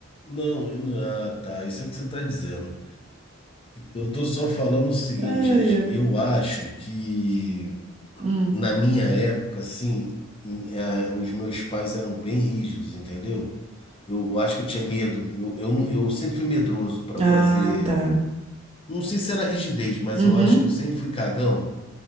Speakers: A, on the left (about 25°); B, on the right (about 30°).
A: não, eu não- ah, tá, isso é o que você está dizendo. Eu tô só falando o seguinte,
B: Ai,
A: as-
B: ai.
A: eu acho que
B: Hum.
A: na minha época, assim, em- eh, os meus pais eram bem rígidos, entendeu? Eu acho que eu tinha medo. Eu, eu, não- eu sempre fui medroso para
B: Ah,
A: fazer.
B: tá.
A: Não sei se era rigidez, mas
B: Uhum.
A: eu acho que eu sempre fui cagão,